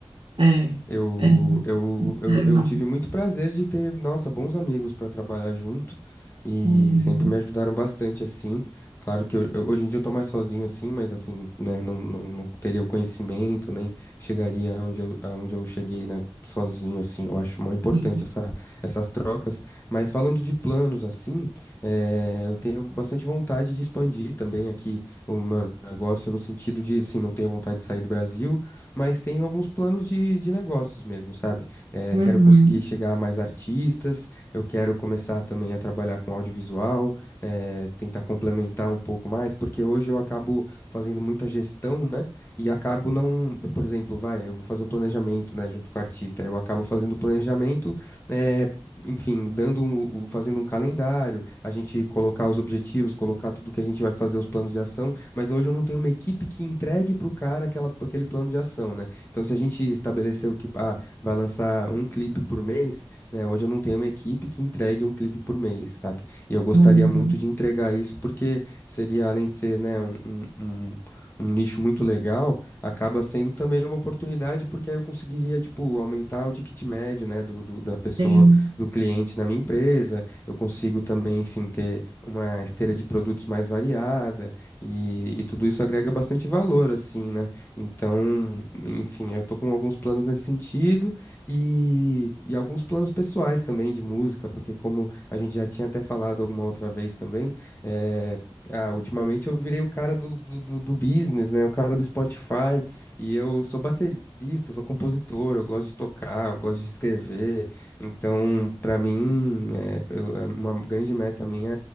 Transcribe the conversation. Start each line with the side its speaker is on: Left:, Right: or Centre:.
Right: É,
Left: Eu,
Right: é, não
Left: eu, eu,
Right: quero
Left: eu
Right: não.
Left: tive muito prazer de ter, nossa, bons amigos para trabalhar junto e
Right: Uhum,
Left: sempre me ajudaram bastante assim. Claro que eu- eu- hoje em dia eu tô mais sozinho assim, mas assim, né, não, não, não teria o conhecimento, nem chegaria onde eu, aonde eu cheguei, né, sozinho assim. Eu acho muito importante
Right: sim.
Left: essa, essas trocas. Mas falando de planos assim, eh, eu tenho bastante vontade de expandir também aqui o meu negócio no sentido de, assim, não tenho vontade de sair do Brasil mas tenho alguns planos de, de negócios mesmo, sabe? Eh,
Right: Uhum.
Left: quero conseguir chegar a mais artistas, eu quero começar também a trabalhar com audiovisual, eh, tentar complementar um pouco mais, porque hoje eu acabo fazendo muita gestão, né? E acabo não, por exemplo, vai, eu vou fazer o planejamento, né, junto com o artista, eu acabo fazendo o planejamento, eh, Enfim, dando um- o- fazendo um calendário, a gente colocar os objetivos, colocar tudo que a gente vai fazer, os planos de ação, mas hoje eu não tenho uma equipe que entregue para o cara aquela, aquele plano de ação, né? Então, se a gente estabeleceu que ah, vai lançar um clipe por mês, né? Hoje eu não tenho uma equipe que entregue um clipe por mês, sabe? E eu gostaria
Right: Uhum,
Left: muito de entregar isso, porque seria, além de ser, né, um, um, um- um nicho muito legal, acaba sendo também uma oportunidade, porque aí eu conseguiria, tipo, aumentar o ticket médio, né, do, do- da pessoa,
Right: Sim.
Left: do cliente na minha empresa, eu consigo também, enfim, ter uma esteira de produtos mais variada, e, e tudo isso agrega bastante valor, assim, né? Então, enfim, eu tô com alguns planos nesse sentido e, e alguns planos pessoais também de música, porque como a gente já tinha até falado alguma outra vez também, é, ah, ultimamente eu virei o cara do, do, do do business, né? O cara do Spotify. E eu sou baterista, eu sou compositor, eu gosto de tocar, eu gosto de escrever. Então, pra mim, é, eu- é uma grande meta minha